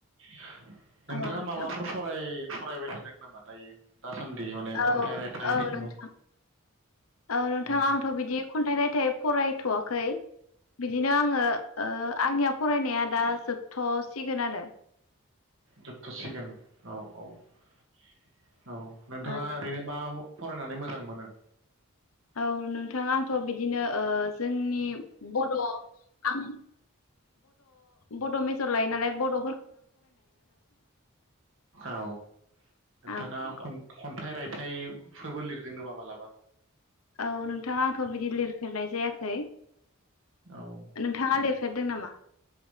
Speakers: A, on the right (about 60°); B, on the left (about 80°).
A: <inaudible> नोंथाङा
B: औ नोंथां
A: माबाफोर फराय फरायबाय थादों नामा दायो दासान्दि माने
B: औ
A: खन्थाइ
B: औ
A: रायथाइ जिखुनु
B: नोंथां औ नोंथां
A: उम
B: आंथ बिदि खन्थाइ राइथाय थाय फरायथवाखै बिदिनो आङो ओ आंनियाव फरायनाया दा जोबथसिगोन आरो
A: जोबथसिगोन औ औ औ नोंथाङा
B: ओ
A: ओरैनो मा फरायनानै मोजां मोनो
B: औ नोंथां आंथ बिदिनो ओ जोंनि बद आं बद मेज जर लायो नालाय बद
A: औ नोंथाङा
B: औ नंगौ
A: खन्थाइ राय थाइफोरबो लिरदों नामा मालाबा
B: औ नोंथाङा आंथ' बिदि लिरफेरनाय जायाखै
A: औ
B: नोंथाङा
A: नंगौ
B: लिरफेरदों नामा?